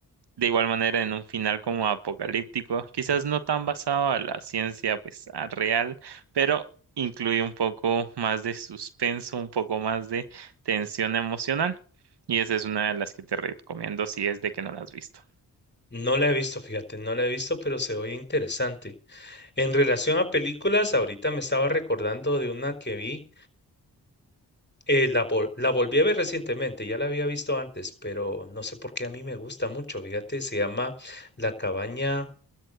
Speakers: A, on the right; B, on the left.
A: de igual manera en un final como apocalíptico, quizás no tan basado a la ciencia pues a real, pero incluye un poco más de suspenso, un poco más de tensión emocional. Y esa es una de las que te recomiendo si es de que no la has visto.
B: No la he visto, fíjate, no la he visto, pero se oye interesante. En relación a películas, ahorita me estaba recordando de una que vi, eh, la, vol- la volví a ver recientemente, ya la había visto antes, pero no sé por qué a mí me gusta mucho, fíjate, se llama La cabaña.